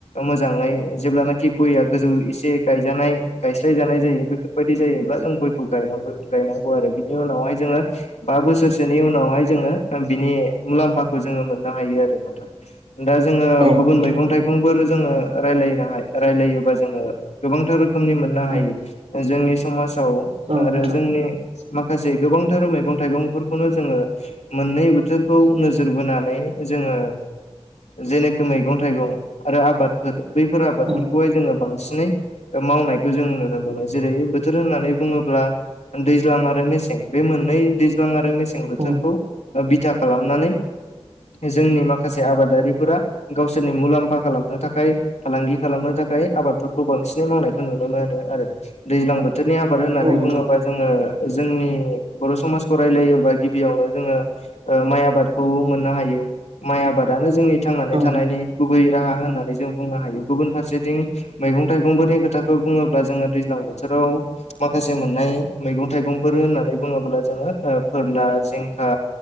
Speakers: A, on the left (about 80°); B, on the right (about 65°).
A: मोजाङै जेब्लानाखि गयआ गोजौ एसे गायजानाय गायस्लाय जानाय जायो बेफोरबायदि जायोब्ला जों गयखौ गायनांग गायनांगौ आरो बिनि उनावहाय जोङो बा बोसोरसोनि उनावहाय जोंङो बिनि मुलाम्फाखौ जोंङो मोननो हायो आरो नोंथां दा जोङो
B: उम औ
A: गुबुन
B: नोंथां
A: मैगं थाइगं सुबुंफोर जोङो रायलायनो रायलायोबा जोङो गोबांथार रोखोमनि मोननो हायो।
B: उम
A: जोंनि समाजाव
B: औ नोंथां
A: आरो जोंनि माखासे गोबांथार मैगं थाइगंफोरखौनो जोंङो मोननै बोथोरखौ नोजोर बोनानै जोंङो जेनेखि मैगं थाइगं आरो आबादफोर बैफोर आबादफोरखौहाय
B: उम
A: जोङो। बांसिनै मावनायखौ जों नुनो मोनो जेरै बोथोर होननानै बुङोब्ला दैज्लां आरो मेसें बे मोननै दैज्लां आरो मेसें बोथोरखौ
B: उम
A: ओ बिथा खालामनानै जोंनि माखासे आबादारि फोरा गावसोरनि मुलाम्फा खालामनो थाखाय फालांगि खालामनो थाखाय आबादफोरखौ बांसिनै मावनायखौ नुनो मोनो आरो दैज्लां बोथोर बोथोरनि आबाद होननानै
B: औ नोंथां
A: बुङोबा जोङो जोंनि बर' समाजखौ रायलायोबा गिबियावनो जोंङो ओ माइ आबादखौ मोननो हायो माइ आबादानो जोंनि थांनानै
B: औ
A: थानायनि गुबै राहा होननानै जों बुंनो हायो गुबुन फारसेथिं मैगं थाइगंफोरनि खोथाखौ बुङोब्ला जोङो दैज्लां बोथोराव माखासे मोननाय मैगं थाइगंफोर होननानै बुङोब्ला जोङो फोरला जिंखा